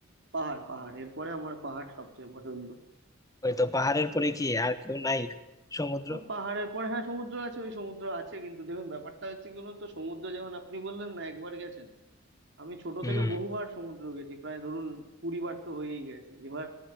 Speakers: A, on the right; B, on the left.
A: পাহাড় পাহাড় এরপরে আমার পাহাড় সবচেয়ে পছন্দ
B: ওই তো পাহাড়ের পরে কি আর কেউ নাই সমুদ্র
A: আহ, পাহাড়ের পরে হ্যাঁ সমুদ্র আছে ওই সমুদ্র আছে কিন্তু দেখুন ব্যাপারটা হচ্ছে কি বলুন তো সমুদ্র যেমন আপনি বললেন না একবার গেছেন আমি ছোট
B: হুম
A: থেকে বহুবার সমুদ্র গেছি প্রায় ধরুন কুড়ি বার তো হয়েই গেছে এবার